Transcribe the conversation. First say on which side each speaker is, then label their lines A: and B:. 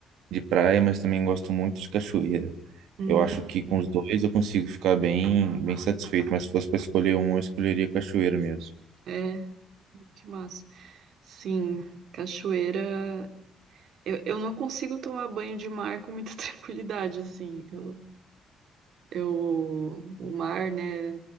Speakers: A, on the right; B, on the right.
A: de praia, mas também gosto muito de cachoeira.
B: Hum,
A: Eu acho que com os dois eu consigo ficar bem, bem satisfeito, mas se fosse para escolher um, eu escolheria cachoeira mesmo.
B: é, que massa. Sim. Cachoeira Eu, eu não consigo tomar banho de mar com muita <laughs> tranquilidade, assim. Eu, eu, o mar, né,